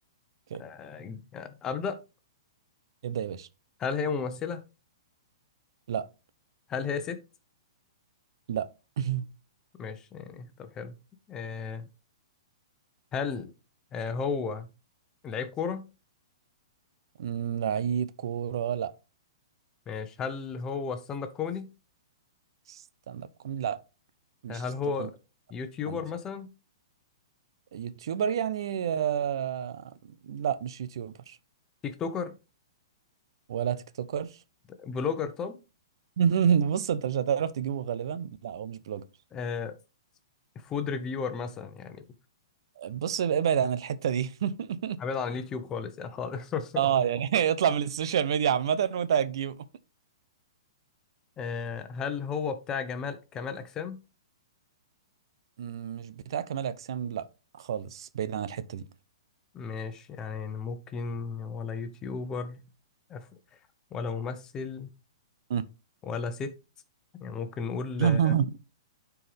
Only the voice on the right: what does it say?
اوكي
ابدا يا باشا
لا
لا <laughs>
أمم، لعيب كوره لا
ستاند اب كوميدي لا مش
ستاند
اب
كوميدي
يوتيوبر يعني آه، لا مش يوتيوبر
ولا تيك توكر
<laughs> بص انت مش هتعرف تجيبه غالبا لا هو مش بلوجر
بص ابعد عن الحتة دي
<laughs>
اه
يعني <laughs> اطلع من السوشيال ميديا عامة وانت هتجيبه
مم، مش بتاع كمال اجسام لا خالص بعيد عن الحتة دي
مم.
<laughs>